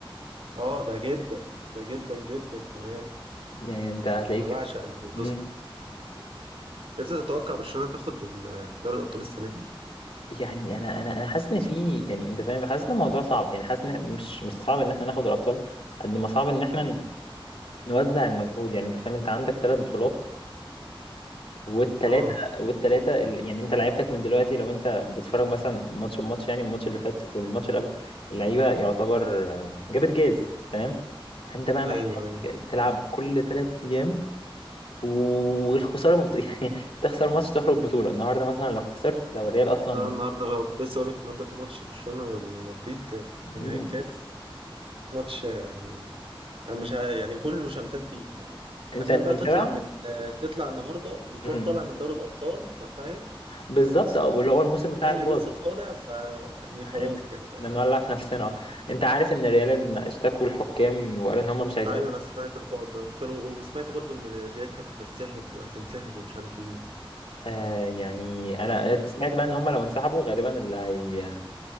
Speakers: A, on the right; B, on the left.
A: اه ده جدا ده جدا جدا كمان
B: يعني انت هتلاقيك
A: انا بعشق اللي في الدوسك
B: مم.
A: انت تتوقع برشلونة تاخد ال- دوري الابطال السنة دي؟
B: يعني انا انا انا حاسس ان في يعني انت فاهم حاسس ان الموضوع صعب يعني حاسس ان مش مش صعب ان احنا ناخد الابطال قد ما صعب ان احنا ن- نوزع المجهود يعني انت فاهم انت عندك ثلاث بطولات والثلاثه
A: اه
B: والثلاثه ال- يعني انت لعيبتك من دلوقتي لو انت بتتفرج مثلا ماتش بماتش يعني الماتش اللي فات والماتش اللي قبله اللعيبه يعتبر آه، جابت جاز فانت بقى محتاج
A: ايوه ايوه
B: تلعب كل ثلاث ايام والخساره ببط... <laughs> يعني تخسر ماتش تخرج بطوله النهارده مثلا لو خسرت لو الريال اصلا
A: اه النهارده بقى كنت لسه اقول لك النهارده في ماتش برشلونه والمدريد
B: مم.
A: آه، نهائي الكاس ماتش يعني انا مش ع- يعني كله شمتان فيك يعني
B: انت
A: تخيل
B: انت
A: بقى
B: متابع
A: تطلع من آه، تطلع النهارده وتروح
B: مم.
A: طالع من دوري الابطال ف- فاهم
B: بالظبط
A: بس
B: اه واللي هو الموسم بتاعك
A: الاهلي
B: باظ
A: لسه طالع
B: <laughs>
A: ف يعني خلاص
B: ان
A: كده بقى
B: إن نولع في نفسنا اه انت عارف ان ريال اشتكوا الحكام وقالوا ان هم مش عايزين
A: ايوه انا سمعت الحوار ده وكانوا وسمعت برضو ان الريال كانت هتتسحب هتنسحب ومش عارف ايه و...
B: آه يعني انا سمعت بقى ان هم لو انسحبوا غالبا اللي هي...